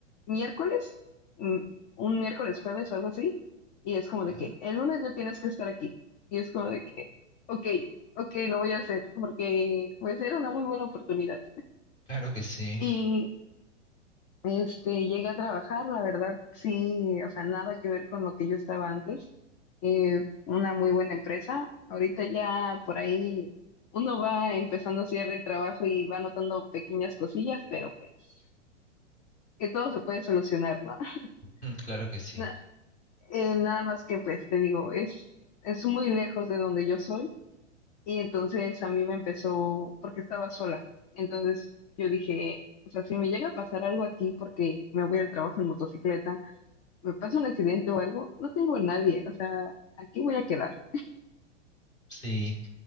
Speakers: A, on the left; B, on the left.
A: miércoles, mm, un miércoles jueves o algo así, y es como
B: ¿Ya?
A: de que el lunes no tienes que estar aquí. Y es como de que, ok, ok, lo voy a hacer, porque pues era una muy buena oportunidad.
B: Claro que sí.
A: y Este, llegué a trabajar, la verdad, sí, o sea, nada que ver con lo que yo estaba antes. Eh, una muy buena empresa. Ahorita ya por ahí uno va empezando a hacer el trabajo y va notando pequeñas cosillas, pero pues que todo se puede solucionar, ¿no?
B: Mm, Claro
A: <laughs>
B: que sí.
A: Na- eh, nada más que pues te digo, es, es muy lejos de donde yo soy y entonces a mí me empezó porque estaba sola. Entonces yo dije, o sea, si me llega a pasar algo aquí porque me voy al trabajo en motocicleta me pasa un accidente o algo, no tengo a nadie, o sea, aquí voy a quedar.
B: Sí,